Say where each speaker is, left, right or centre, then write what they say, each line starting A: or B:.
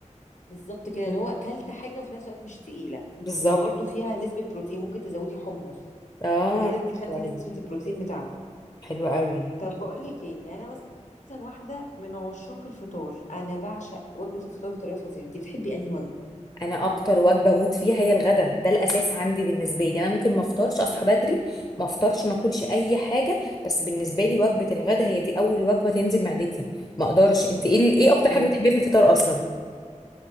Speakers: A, on the left; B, on the left.
A: بالظبط كده
B: مم.
A: اللي هو اكلت حاجة وفي نفس الوقت مش تقيلة
B: بالظبط
A: وبرده فيها نسبة بروتين ممكن تزودي حمص
B: اه
A: فكده انت خدتي
B: حلو قوي
A: نسبة البروتين بتاعتك
B: حلو قوي
A: طب بقول لك ايه يعني انا مثلا واحده من عشاق الفطار انا بعشق وجبه الفطار بطريقه فظيعه انت بتحبي انهي وجبه
B: انا اكتر وجبه بموت فيها هي الغدا ده الاساس عندي بالنسبه لي انا ممكن ما افطرش اصحى بدري ما افطرش ما اكلش اي حاجه بس بالنسبه لي وجبه الغدا هي دي اول وجبه تنزل معدتي ما اقدرش انت ايه ايه اكتر
A: مم.
B: حاجه بتحبيها في الفطار اصلا